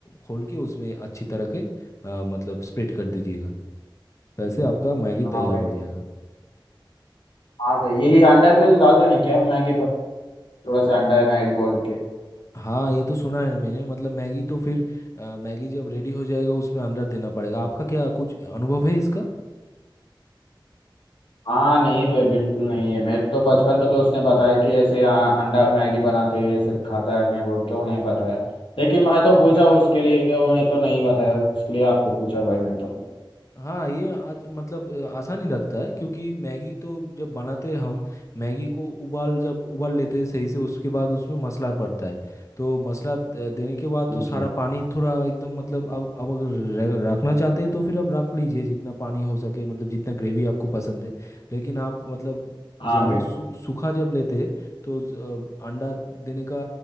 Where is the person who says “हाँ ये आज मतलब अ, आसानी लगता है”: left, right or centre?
Left